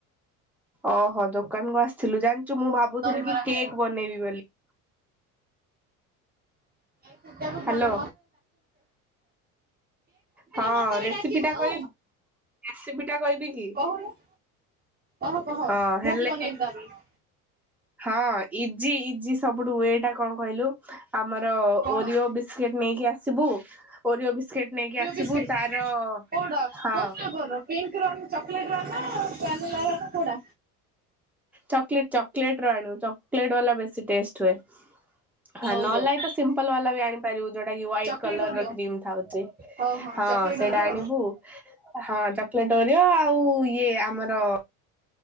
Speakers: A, in the centre; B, on the right.
A: ଓହୋ ଦୋକାନ କୁ ଆସିଥିଲୁ ଜାଣିଚୁ ମୁଁ ଭାବୁଥିଲି
B: ଦହିବରା
A: କି
B: ଖାଇବାକୁ
A: କେକ୍ ବନେଇବି ବୋଲି।
B: <unintelligible> କେକ୍ ବନେଇଲେ
A: ହାଲୋ ହଁ
B: ମତେ ବି
A: ରେସିପି
B: ଡାକିବୁ
A: ଟା କହିବି ରେସିପି ଟା କହିବି କି?
B: କହୁନୁ ଅ କହ
A: ହଁ ହେଲେ
B: ମୁଁ ବି ବନେଇବି ତାଆର ଦିନ।
A: ହଁ ଇଜି ଇଜି ସବୁଠୁ ଏଟା ଙ୍କ କହିଲୁ ଆମର
B: କଣ
A: ଓରିଓ ବିସ୍କେଟ ନେଇକି ଆସିବୁ ଓରିଓ ବିସ୍କେଟ ନେଇକି ଆସିବୁ
B: ବସ୍କିଟ
A: ତାର
B: କଉଡ
A: ହଁ
B: କୋଉ ଫ୍ଲେବର ପିଙ୍କର ନା ଚକ୍ଲେଟ <inaudible>
A: ଚକଲେଟ ଚକଲେଟ ର ଆଣିବୁ ଚକୋଲେଟ ବାଲା ବେଶୀ ଟେଷ୍ଟ। ହଁ
B: ହଉ
A: ନହେଲେନା
B: ହଉ
A: ତ ସିମ୍ପଲ ବାଲା ବି ଆଣିପାରିବୁ ଯୋଉଟା କି white
B: chocolate
A: colour
B: Oreo
A: creamy ଥାଉଛି ହଁ।
B: ହଉ
A: ହଁ
B: ଚକୋଲେଟ୍
A: ସେଇଟା
B: ଓରିଓ
A: ଆଣିବୁ ହଁ ଚକୋଲେଟ ଓରିଅ ଆଉ ଇଏ ଆମର